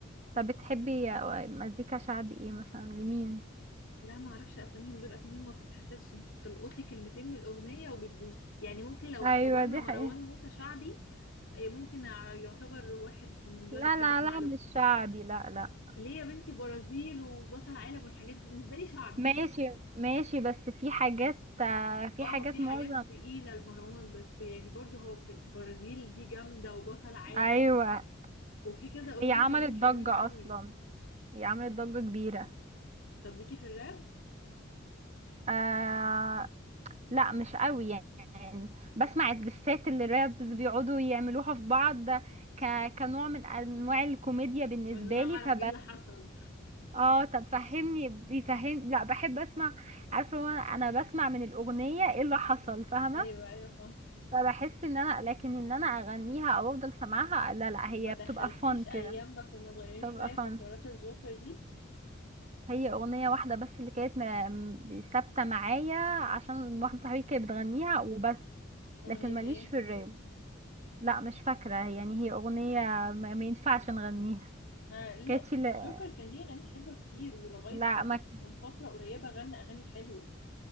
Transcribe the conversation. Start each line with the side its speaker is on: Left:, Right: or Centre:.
Right: طب بتحبي مزيكا شعبي ايه مثلا لمين
Left: لا ما اعرفش اساميهم دول اساميهم ما بتتحفظش انت بتلقطي كلمتين من الاغنية وبتدوسي يعني ممكن لو
Right: ايوه
Left: اعتبرنا
Right: دي
Left: مروان
Right: حقيقة
Left: موسى شعبي إيه، ممكن ع- يعتبر واحد من اللي
Right: لا
Left: انا بحب
Right: لا
Left: اسمع
Right: لا
Left: لهم
Right: مش شعبي لا لا
Left: ليه يا بنتي برازيل وبطل عالم والحاجات دي بالنسبة لي شعبي
Right: ماشي ماشي بس في حاجات آه، في
Left: اه
Right: حاجات
Left: في حاجات
Right: معظم
Left: تقيلة لمروان بس يعني برضه هو في البرازيل دي جامدة وبطل عالم
Right: ايوه
Left: وفي كذا اغنية
Right: هي عملت
Left: تانيين حلوين
Right: ضجة
Left: قوي
Right: أصلا هي عملت ضجة كبيرة
Left: طب ليكي في الراب
Right: آه لا مش قوي يعني بسمع الدسات اللي رابز بيقعدوا يعملوها في بعض ك... كنوع من أنواع الكوميديا بالنسبة
Left: وان انا اعرف
Right: لي فب
Left: ايه اللي حصل
Right: اه طب فهمني بيفهم لا بحب اسمع عارفه هو انا أنا بسمع من الاغنيه ايه اللي حصل فاهمه
Left: <laughs> ايوه ايوه فاهمة
Right: فبحس ان انا لكن ان انا اغنيها او افضل سامعها لا لا هي
Left: ما دخلتيش
Right: بتبقى فن كده
Left: ايام ما كنا صغيرين
Right: بتبقى
Left: شويه
Right: فن
Left: في حوارات الجوكر دي
Right: هي اغنيه واحده بس اللي كانت ملا- م- ثابته معايا عشان واحده صاحبتي كانت بتغنيها وبس
Left: اغنيه
Right: لكن ماليش
Left: ايه
Right: في الراب لا مش فاكره يعني هي اغنيه ما ما ينفعش نغنيها
Left: آه لا
Right: كانت في ال-
Left: الجوكر كان ليه اغاني حلوه كتير ولغايه
Right: لا ما ك-
Left: من فتره قريبه غنى اغاني حلوه